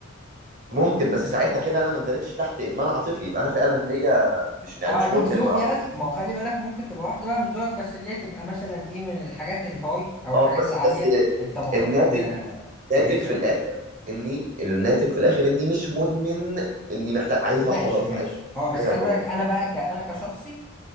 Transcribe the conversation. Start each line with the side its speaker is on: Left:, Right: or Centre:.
Right: ممكن بس ساعتها كده انا ما اندركش تحت ادمان عاطفي يبقى انا فعلا ليا مش يعني
Centre: اه
Right: مش
Centre: ليك
Right: مدمن
Centre: ذوق
Right: اه
Centre: يعني
Right: عاطفي
Centre: ما هو خلي بالك ممكن تبقى واحده بقى مش ذوقك بس اللي هي تبقى مثلا ايه من الحاجات الهاي او
Right: اه
Centre: الحاجات
Right: بس
Centre: العاليه
Right: بس
Centre: الطبقات
Right: الناتج
Centre: الكويسه
Right: ناتج في الاخر اني الناتج في الاخر اني مش مدمن اني محتاج عايزها
Centre: ماشي
Right: وخلاص
Centre: ماشي
Right: عايز حنيه
Centre: اه بس خلي
Right: وخلاص
Centre: بالك انا بقى ك... انا كشخصي